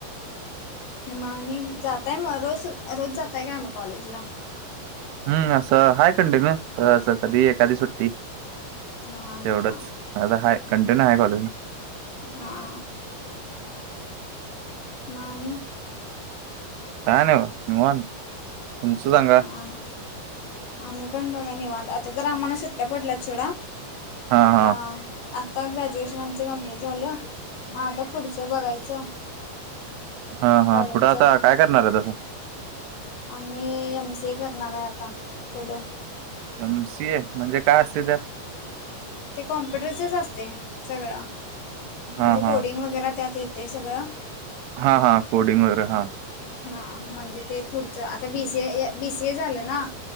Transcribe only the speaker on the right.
हम्म असं हाय कंदे न अ असं कधी एखादी सुट्ट ट्टी
तेवढंच
नाय त हाय कंटिन्यू हाय कॉलेजला
काय नाय ब निवांत तुमचं सांगा
हा
हा
हा हा
पुढं आता काय करणारात आता
एम सी ए म्हणजे काय असतय त्यात
हा
हा
हा हा कोडिंग वगैरे हां